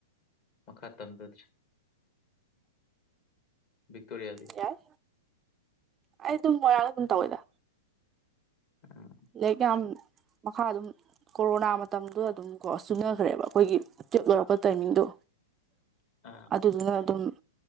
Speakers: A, on the left; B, on the right.
A: ꯃꯈꯥ ꯇꯝꯗꯗ꯭ꯔꯦ ꯕꯤꯛꯇꯣꯔꯤꯌꯥꯒꯤ
B: ꯌꯥꯏ ꯑꯩ ꯑꯗꯨꯝ ꯃꯣꯏꯔꯥꯡꯗ ꯑꯗꯨꯝ ꯇꯧꯋꯦꯗ
A: ꯎꯝ
B: ꯂꯩꯔꯤꯛ ꯌꯥꯝ ꯃꯈꯥ ꯑꯗꯨꯝ ꯀꯣꯔꯣꯅꯥ ꯃꯇꯝꯗꯨꯗ ꯑꯗꯨꯝ ꯀꯣ ꯆꯨꯅꯈ꯭ꯔꯦꯕ ꯑꯩꯈꯣꯏꯒꯤ ꯇꯨꯌꯦꯜꯄ ꯂꯣꯏꯔꯛꯄ ꯇꯥꯏꯃꯤꯡꯗꯣ
A: ꯑꯥ
B: ꯑꯗꯨꯗꯨꯅ ꯑꯗꯨꯝ